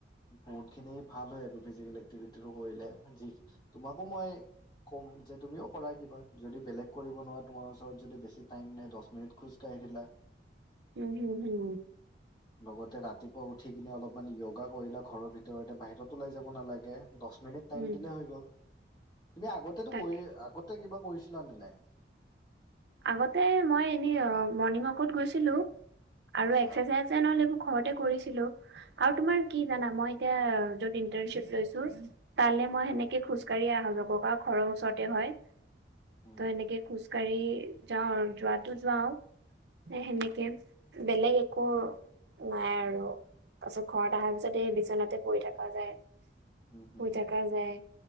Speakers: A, on the left (about 25°); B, on the right (about 75°).
A: বহুত খিনি ভাল হয় আৰু ফিজিকেল এক্টিভিটিটো কৰিলে। তোমাকো মই কম যে তুমিও কৰা কিবা। যদি বেলেগ কৰিব নোৱাৰা তোমাৰ ওচৰত যদি বেছি টাইম নাই দছ মিনিট খোজ কঢ়ি <unintelligible>
B: ও-হু-হু।
A: লগতে ৰাতিপুৱা উঠি কিনে অলপমান য়োগা কৰিলা ঘৰৰ ভিতৰতে, বাহিৰত ওলাই যাব নালাগে। দছ মিনিট টাইম
B: উম
A: দিলে হৈ গ'ল। তুমি আগতেটো
B: তাকে
A: কৰি, আগতে কিবা কৰিছিলা নে নাই?
B: আগতে মই এনে মৰ্ণিং ৱাকত গৈছিলো।
A: আচ্ছা
B: আৰু এক্সাৰচাইজ এন অল এইবোৰ ঘৰতে কৰিছিলো, আৰু তোমাৰ কি জানা মই এতিয়া য'ত ইৰ্ন্টানশ্বিপ লৈছো তা মানে মই সেনেকে খোজকাঢ়িয়ে অহা-যোৱা কৰো। কাৰণ ঘৰৰ ওচৰতে হয়।
A: উম
B: ত সেনেকে খোজ কাঢ়ি যাও আৰু যোৱাতো যাও এ সেনেকে বেলেগ একো নাই আৰু তাৰ পিছত ঘৰত অহাৰ পিছত এই বিচনাতে পৰি থকা যায়।
A: উম
B: শুই
A: উম
B: থকা যায়,